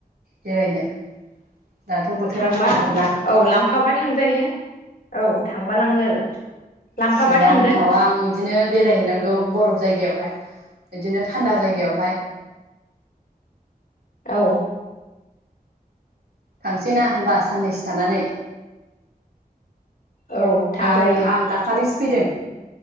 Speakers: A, on the right (about 80°); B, on the left (about 65°).
A: बेरायनो? दाथ' बोथोरा
B: थांबा
A: गरमथारना
B: औ लांफाबा थांजायो औ थांबा लांगोन। लांफाबा
A: शिलं
B: थांगोन
A: थावां बिदिनो बेरायहैनांगौ बरफ जायगायावहाय बिदिनो थानदा जायगायावहाय
B: औ
A: थांसै ना होमबा साननैसो थानानै
B: औ थांजायो
A: आं-आं दाखालि फैदों